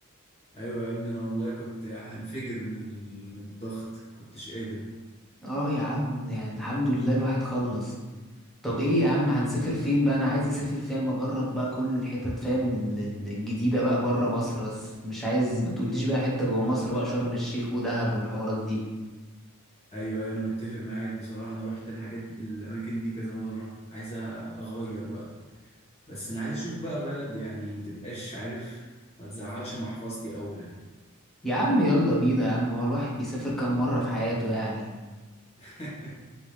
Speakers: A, on the left; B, in the centre.
A: ايوه يا ابني انا والله كنت هنفجر من ال... من الضغط كنتش قادر
B: اه يا عم يعني الحمد لله الواحد خلص طب ايه يا عم هنسافر فين بقى انا عايز اسافر فاهم اجرب بقى كل الحتت فاهم ال- ال- الجديدة بقى بره مصر بس مش عايز ما تقوليش بقى حتة جوه مصر بقى شرم الشيخ ودهب والحوارات دي
A: ايوه ايوه انا متفق معاك بصراحة انا رحت الحاجات الاماكن دي كذا مرة عايز اغير بقى بس انا عايز اشوف بقى بلد يعني ما تبقاش عارف ما تزعلش محفظتي قوي يعني
B: يا عم يلا بينا يا عم هو الواحد بيسافر كام مرة في حياته يعني
A: <laughs>